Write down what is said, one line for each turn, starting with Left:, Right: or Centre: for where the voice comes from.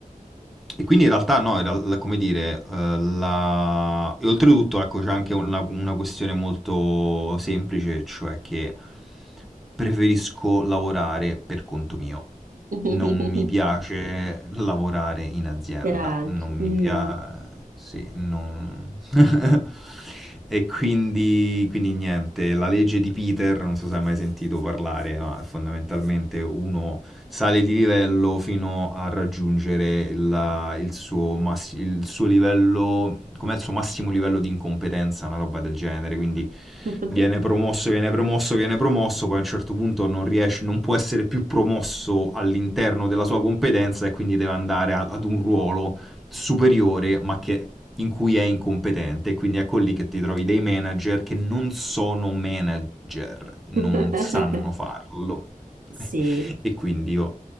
Centre: e quindi in realtà no, in real- come dire, eh, la- e oltretutto ecco, c'è anche una, una questione molto semplice, cioè che preferisco lavorare per conto mio.
Right: <laughs>
Centre: Non mi piace lavorare in azienda,
Right: Per altri.
Centre: non mi piace... Sì, non... <laughs> E quindi, quindi niente, la legge di Peter, non so se hai mai sentito parlare, ma fondamentalmente uno sale di livello fino a raggiungere la- il suo, mass- il suo livello, com'è il suo massimo livello di incompetenza, una roba del genere, quindi
Right: Mm.
Centre: viene promosso, viene promosso, viene promosso, poi a un certo punto non riesce, non può essere più promosso all'interno della sua competenza e quindi deve andare a- ad un ruolo superiore, ma che, in cui è incompetente. Quindi ecco lì che ti trovi dei manager che non sono manager, non
Right: <laughs>
Centre: sanno farlo. <laughs>
Right: Sì.
Centre: E quindi io